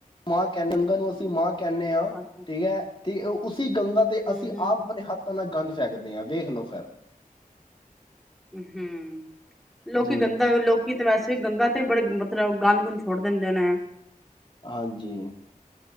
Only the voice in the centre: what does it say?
ਅੱਛਾ
ਹੂੰ
ਹੂੰ
ਹਮ ਲੋਕੀ
ਗੰਦਾ ਲੋਕੀ ਕਿ ਵੈਸੇ ਗੰਗਾ ਤੇ ਬੜੇ ਮਤਲਬ ਗੰਦ- ਗੁੰਦ ਛੋੜ ਦਿੰਦੇ ਨੇ।